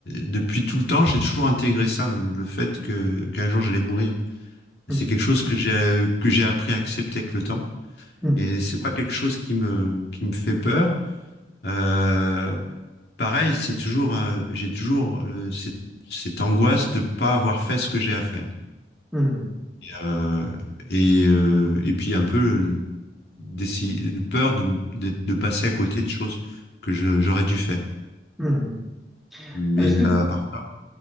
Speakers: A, on the left; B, in the centre.
A: depuis tout le temps, j'ai toujours intégré ça, le, le fait que qu'un jour j'allais mourir.
B: Hum,
A: C'est quelque chose que j'ai que j'ai appris à accepter avec le temps.
B: hum,
A: Et c'est pas quelque chose qui me, qui me fait peur. Euh, pareil, c'est toujours, euh, j'ai toujours euh, cette, cette angoisse de pas avoir fait ce que j'ai à faire.
B: hum,
A: Euh, et, euh, et puis un peu le- d'essayer- peur de, ne- de, de passer à côté de choses que je- j'aurais dû faire.
B: hum.
A: Mais
B: Est-ce
A: euh,
B: que,
A: à part ça,